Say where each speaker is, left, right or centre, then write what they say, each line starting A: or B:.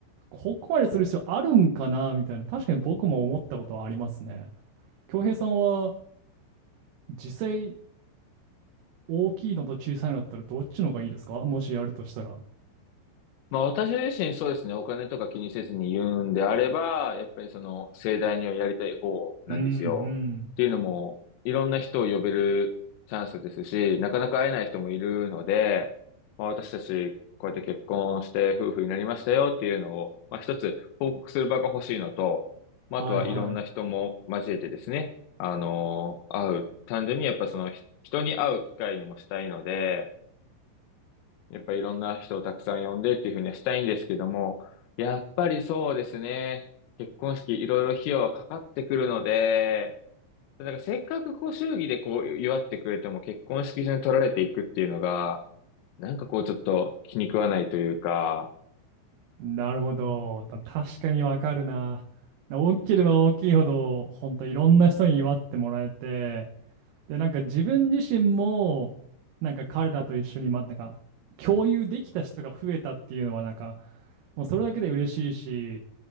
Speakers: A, on the right (about 80°); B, on the left (about 80°).
A: ここまでする必要あるんかなみたいな、確かに僕も思ったことはありますね。恭平さんは実際大きいのと小さいのだったらどっちの方がいいですかもしやるとしたら。
B: まあ私自身そうですね、お金とか気にせずに言うんであれば、やっぱりその盛大にはやりたい方なんですよ。
A: うんうん。
B: っていうのも、いろんな人を呼べるチャンスですし、なかなか会えない人もいるので、まあ私たちこうやって結婚して夫婦になりましたよっていうのを、まあ一つ報告する場が欲しいのと、まああとはいろんな人も交えてですね、
A: はいはい。
B: あの、会う。単純にやっぱその人に会う機会にもしたいので、やっぱいろんな人をたくさん呼んでっていうふうにはしたいんですけども、やっぱりそうですね。結婚式いろいろ費用はかかってくるので、なんかせっかくこう祝儀でこう祝ってくれても結婚式場に取られていくっていうのが、なんかこうちょっと気に食わないというか、
A: なるほど。た確かにわかるな。大きければ大きいほど、ほんといろんな人に祝ってもらえて、で、なんか自分自身も、なんか彼らと一緒に、ま、なんか共有できた人が増えたっていうのは、なんか、もうそれだけで嬉しいし、